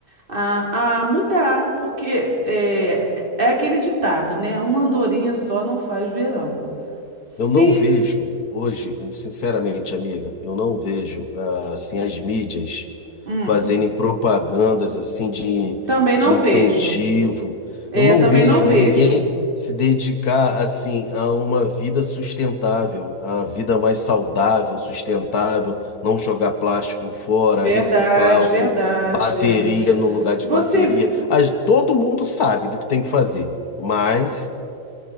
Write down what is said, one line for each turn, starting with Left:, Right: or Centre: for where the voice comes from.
Right: a, a mudar, porque é, é aquele ditado, né? Uma andorinha só não faz verão. Se.
Left: Eu não vejo hoje, sinceramente, amiga, eu não vejo ah, assim as mídias.
Right: Hum,
Left: fazerem propagandas assim de,
Right: também
Left: de
Right: não
Left: incentivo.
Right: vejo. É,
Left: Eu não
Right: também
Left: vejo
Right: não vejo.
Left: ninguém se dedicar assim a uma vida sustentável, a vida mais saudável, sustentável, não jogar plástico fora,
Right: Verdade,
Left: reciclar o
Right: verdade.
Left: seu, bateria
Right: É.
Left: no lugar de
Right: Você.
Left: bateria.
Right: vi-
Left: As- Todo mundo sabe do que tem que fazer, mas